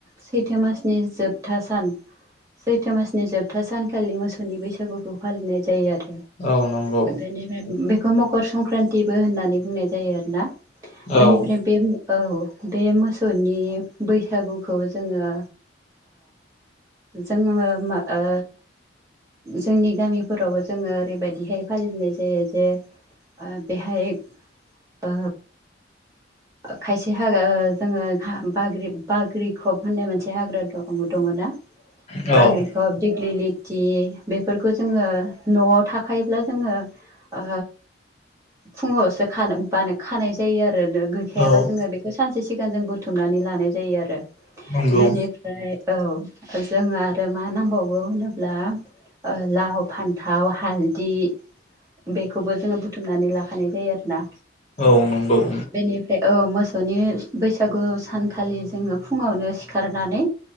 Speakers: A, on the right; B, on the left.
A: सैथो मासनि जोबथा सान सैथो मासनि जोबथा सानखालि मोसौनि बैसागुखौ फालिनाय जायो आरो
B: औ नंगौ
A: बेनिफ्राय बेखौ मकर संक्रान्तिबो होननानै बुंनाय जायो आरोना
B: औ
A: बेनिफ्राय बे औ बे मोसौनि बैसागुखौ जोङो जोङो मा ओ जोंनि गामिफोरावबो जोङो ओरैबायदिहाय फालिनाय जायो जे ओ बेहाय ओ
B: <inaudible>
A: खायसे हागा जोङो हा बाग्रि बाग्रि खब होननाय मोनसे हाग्रां द-दङ ना
B: औ
A: बाग्रिखब दिगलिलि थि बेफोरखौ जोङो न'आव थाखायोब्ला जोङो ओ फुङावसो बानो बा खानाय जायो आरो। आरो गैखायाबा
B: औ
A: जोङो बेखौ सानसे सिगां जों बुथुमनानै लानाय जायो आरो
B: नंगौ
A: बेनिफ्राय औ जोङो आरो मा नांबावगौ होनोब्ला ओ लाव फान्थाव हालदि बेखौबो जोङो बुथुमनानै लाखानाय जायो आरोना।
B: औ नंगौ-
A: बेनिफ्राय औ मोस नि बैसागु सानखालि जोङो फुङावनो सिखारनानै